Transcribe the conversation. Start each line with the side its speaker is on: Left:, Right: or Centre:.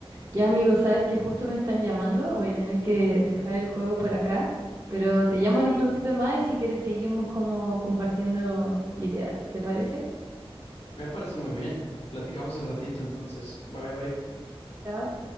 Right: Ya, amigo, sabes que justo me están llamando, voy a tener que dejar el juego por acá, pero te llamo en un ratito más y si quieres seguimos como compartiendo ideas, ¿te parece?
Left: Me parece muy bien. Platicamos el ratito entonces. Bye bye.
Right: Chao.